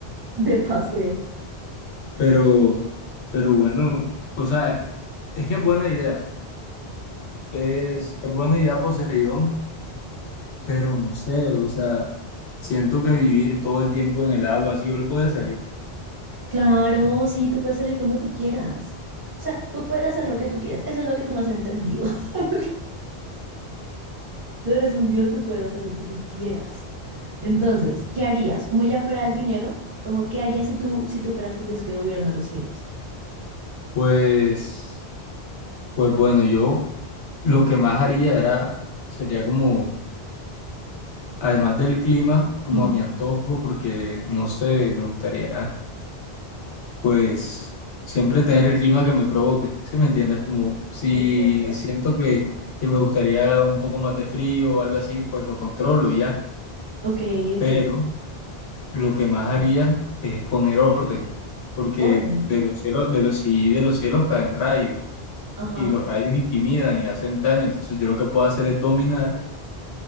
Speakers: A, on the right; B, on the left.
A: de paseo.
B: Pero, pero bueno, o sea, es que es buena idea. Es, es buena idea Poseidón, pero no sé, o sea, siento que vivir todo el tiempo en el agua, así yo le puedo salir.
A: Claro, sí, tú puedes salir cuando tú quieras. O sea, tú puedes hacer lo que tú quieras. Eso es lo que tú no has entendido. <laughs> Tú eres un dios, tú puedes hacer lo que tú quieras. Entonces, ¿qué harías? Como ya fuera el dinero, como qué harías si tú, si tú fueras el dios que gobierna los cielos?
B: Pues, pues bueno, yo lo que más haría era, sería como, además del clima, como
A: Ujú,
B: a mi antojo, porque no sé, me gustaría, pues, siempre tener el clima que me provoque, ¿sí me entiendes? Como si
A: Exacto.
B: siento que, que me gustaría un poco más de frío o algo así, pues lo controlo y ya,
A: Ok, ok.
B: pero... Lo que más haría es poner orden, porque
A: Orden.
B: de los cielos, de los, sí, de los cielos caen rayos
A: Ajá.
B: y los rayos intimidan y hacen daño. Entonces yo lo que puedo hacer es dominar